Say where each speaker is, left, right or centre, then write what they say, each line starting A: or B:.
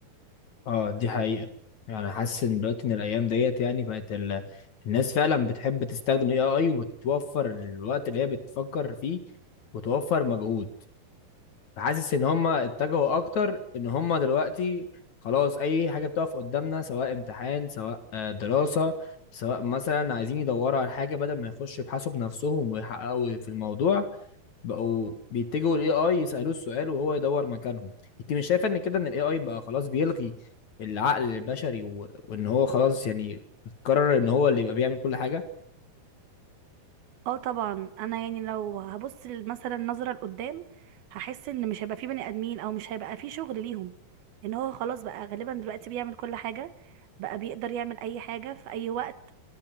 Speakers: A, on the left; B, on the right.
A: اه دي حقيقه يعني حاسس ان دلوقتي ان الايام ديت يعني بقت ال... الناس فعلا بتحب تستخدم الاي اي وتوفر الوقت اللي هي بتفكر فيه وتوفر مجهود فحاسس ان هم اتجهوا اكتر ان هم دلوقتي خلاص اي حاجه بتقف قدامنا سواء امتحان سواء آه، دراسه سواء مثلا عايزين يدوروا على حاجه بدل ما يخشوا يبحثوا بنفسهم ويحققوا في الموضوع بقوا بيتجهوا للاي اي يسالوه السؤال وهو يدور مكانهم انت مش شايفه ان كده ان الاي اي بقى خلاص بيلغي العقل البشري و... وان هو خلاص يعني قرر ان هو اللي يبقى بيعمل كل حاجه
B: اه طبعا انا يعني لو هبص لل- مثلا نظرة لقدام هحس ان مش هيبقى في بني ادمين او مش هيبقى في شغل ليهم ان هو خلاص بقى غالبا دلوقتي بيعمل كل حاجة بقى بيقدر يعمل اي حاجة في اي وقت